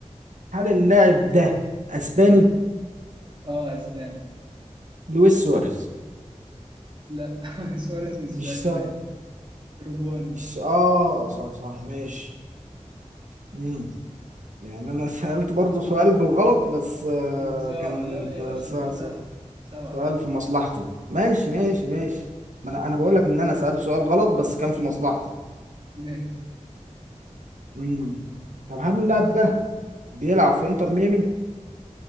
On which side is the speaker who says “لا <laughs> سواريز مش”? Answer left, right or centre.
Right